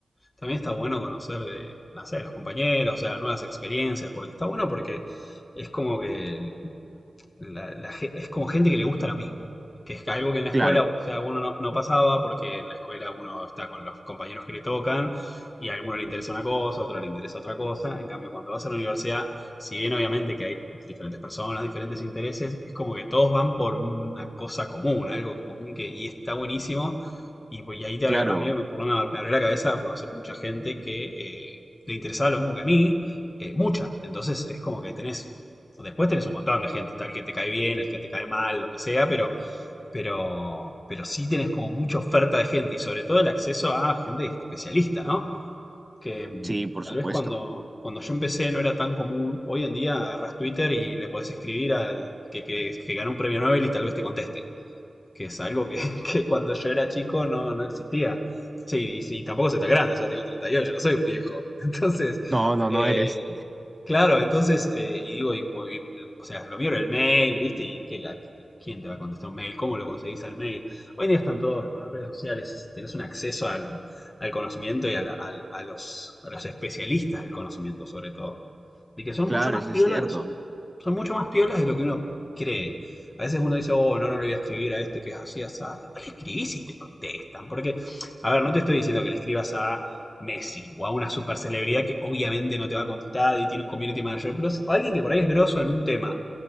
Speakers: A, on the left; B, on the right.
A: También está bueno conocer, eh, no sé, los compañeros, o sea, nuevas experiencias, porque está bueno porque es como que la- la ge- es como gente que le gusta lo mismo, que es algo que en la escuela,
B: Claro,
A: o sea, uno no, no pasaba porque en la escuela uno está con los compañeros que le tocan y a alguno le interesa una cosa, a otro le interesa otra cosa. En cambio, cuando vas a la universidad, si bien obviamente que hay diferentes personas, diferentes intereses, es como que todos van por una cosa común, algo común que y está buenísimo y, pues, y ahí te
B: claro,
A: abre- a mí me, por lo menos me abrió la cabeza a conocer mucha gente que eh, le interesaba lo mismo que a mí, eh, mucha. Entonces es como que tenés, después tenés un montón de gente, tal que te cae bien, el que te cae mal, lo que sea, pero, pero, pero sí tenés como mucha oferta de gente y sobre todo el acceso a gente especialista, ¿no? Que mm,
B: sí, por
A: tal
B: supuesto.
A: vez cuando, cuando yo empecé no era tan común. Hoy en día agarrás Twitter y le podés escribir al que, que, que ganó un premio Nobel y tal vez te conteste que es algo que, <laughs> que cuando yo era chico no, no existía. Sí, y, y tampoco se está grande, o sea, tengo treinta y ocho no soy un viejo. <laughs> Entonces,
B: No, no,
A: eh,
B: no eres.
A: claro, entonces, eh, y digo, y, pues, y, o sea, lo mío era el mail, ¿viste? ¿Y qué, a- quién te va a contestar un mail? ¿Cómo lo conseguís al mail? Hoy en día están todos en las redes sociales, tenés un acceso al, al conocimiento y a, la- al- a los, a los especialistas del conocimiento, sobre todo. Y que son
B: Claro,
A: mucho más
B: eso
A: piolas,
B: es cierto.
A: son, son mucho más piolas de lo que uno cree. A veces uno dice, oh, no, no le voy a escribir a este que es así, así. Igual le escribís y te contestan. Porque, a ver, no te estoy diciendo que le escribas a Messi o a una super celebridad que obviamente no te va a contestar y tiene un community manager, pero a alguien que por ahí es grosso en un tema